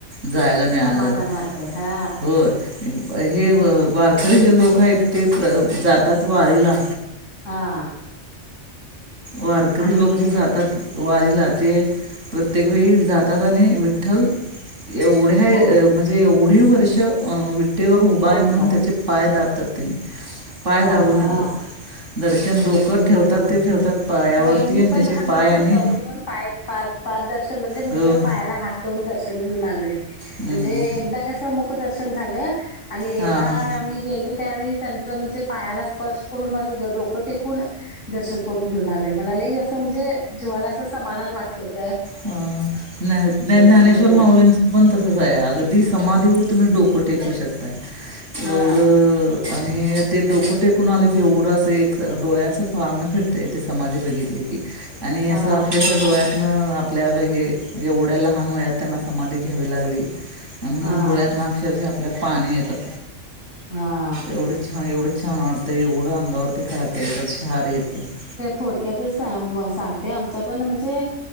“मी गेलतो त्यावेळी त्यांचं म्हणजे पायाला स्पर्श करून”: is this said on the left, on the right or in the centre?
Left